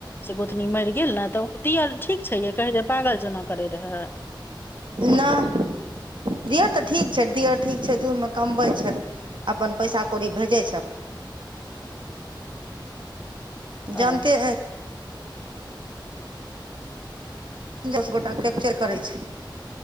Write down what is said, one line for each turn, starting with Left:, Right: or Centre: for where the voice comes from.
Left: से गोतनी मरि गेल ने तऽ दियर ठीक छै ये कहै रहे पागल जेना करै रहए
Right: नऽ दिौ तऽ ठीक छै दिह ठीक छै दूबेमे कमबै छै अपन पैसा कौड़ी भेजैत छै जानते
Left: ओ
Right: ए दस गोटा कैप्चर करै छै